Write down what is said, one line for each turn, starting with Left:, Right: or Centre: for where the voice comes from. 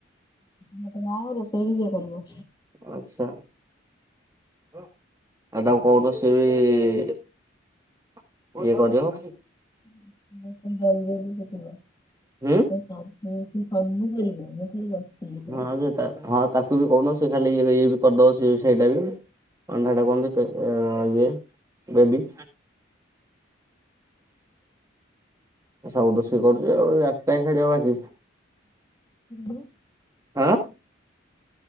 Left: ହଁ ମତେ ବାହା ହବ ରୋଷେଇ ବି ସିଏ କରିବ।
Right: ଆଚ୍ଛା। ଆଉ ତାକୁ କହୁଦ ସି ବି ଇଏ କରିବ?
Left: <unintelligible> <unintelligible>
Right: ହୁଁ।
Left: ଖାଇବି।
Right: ହଁ ସେ ହଁ ତାକୁ ବି କହୁନ ସେ ଖାଲି ଇଏ ଇଏ ବି କରିଦବ ସେ ସେଇଟା ବି। କଣ ଟା ହେଟା କହନ୍ତି ବେବୀ। କ ସଉଦ ଠିକ କରୁଛି ଆଉ ଆ କା ଛାଡିବା ବାକି।
Left: ହଁ।
Right: ଆଁ